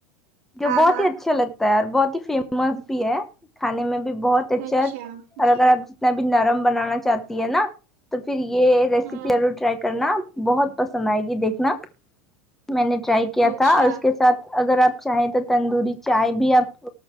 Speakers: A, in the centre; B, on the right (about 55°).
A: جو
B: ہاں
A: بہت
B: ہاں
A: ہی اچھے لگتا ہے اور بہت ہی فیمس بھی ہے کھانے میں بھی بہت
B: اچھا
A: اور
B: جی
A: اگر آپ جتنا بھی نرم بنانا چاہتی ہے نا تو پھر یہ ریسیپی
B: ہاں
A: ضرور ٹرائی کرنا آپ بہت پسند آئے گی دیکھنا میں نے ٹرائی کیا
B: اچھا
A: تھا اور اس کے ساتھ اگر آپ چاہے تو تندوری چائے بھی آپ